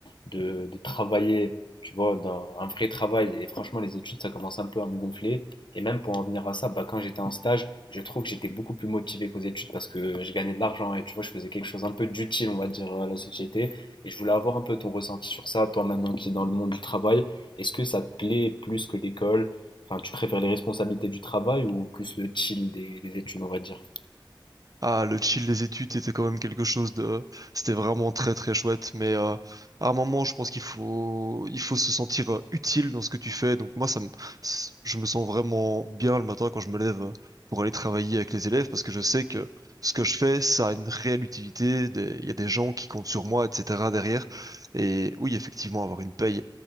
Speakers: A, on the left (about 70°); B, on the right (about 45°).
A: de, de travailler, tu vois, dans un vrai travail. Et franchement, les études, ça commence un peu à me gonfler. Et même pour en venir à ça, bah, quand j'étais en stage, je trouve que j'étais beaucoup plus motivé qu'aux études parce que je gagnais de l'argent et tu vois, je faisais quelque chose un peu d'utile, on va dire, à la société. Et je voulais avoir un peu ton ressenti sur ça, toi maintenant qui es dans le monde du travail. Est-ce que ça te plaît plus que l'école? Enfin, tu préfères les responsabilités du travail ou plus le chill des, des études, on va dire?
B: Ah, le chill des études était quand même quelque chose de... C'était vraiment très très chouette, mais euh, à un moment, je pense qu'il faut il faut se sentir euh, utile dans ce que tu fais. Donc moi, ça me... c- je me sens vraiment bien le matin quand je me lève euh, pour aller travailler avec les élèves, parce que je sais que ce que je fais, ça a une réelle utilité. Des- Il y a des gens qui comptent sur moi, etc. derrière. Et oui, effectivement, avoir une paye,